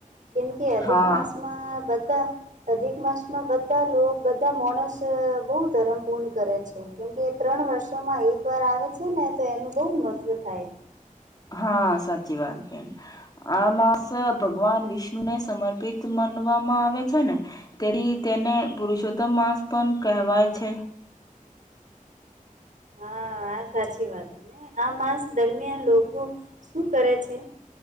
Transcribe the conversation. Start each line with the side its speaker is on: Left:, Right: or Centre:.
Right: કેમ કે અધિક
Left: હા
Right: માસમાં બધા અધિક એક માસમાં બધા લોક બધા મોંણસ બહુ ધર્મ પૂર્ણ કરે છે કેમકે એ ત્રણ વર્ષોમાં એક વાર આવે છે ને તો એનું બોહ મહત્ત્વ થાય
Left: હા સાચી વાત કરી આ માસ ભગવાન વિષ્ણુ ને સમર્પિત માનવામાં આવે છે ને તેથી તેને પુરુષોત્તમ માસ પણ કહેવાય છે
Right: હા આ સાચી વાત હ ને આ માસ દરમિયાન લોકો શું કરે છે